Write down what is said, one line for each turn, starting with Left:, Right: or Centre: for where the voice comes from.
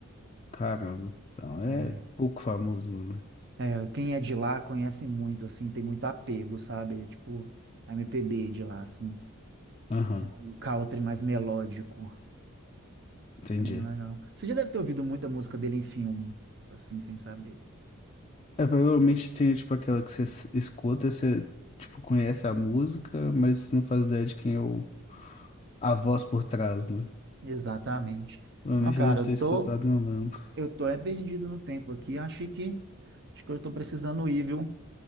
Left: Caramba. Então,
Right: É.
Left: é pouco famoso, né?
Right: É, quem é de lá conhece muito, assim, tem muito apego, sabe? É Tipo, a MPB de lá, assim.
Left: Aham,
Right: É um country mais melódico.
Left: entendi.
Right: É bem legal. Você já deve ter ouvido muita música dele em filme, assim, sem saber.
Left: É, provavelmente tem, tipo, aquela que você s- escuta, você, tipo, conhece a música, mas não faz ideia de quem é o, a voz por trás, né?
Right: Exatamente.
Left: Provavelmente
Right: Ó, cara,
Left: eu devo
Right: eu
Left: ter escutado,
Right: tô,
Left: não lembro.
Right: eu tô é perdido no tempo aqui. Achei que, acho que eu tô precisando ir, viu?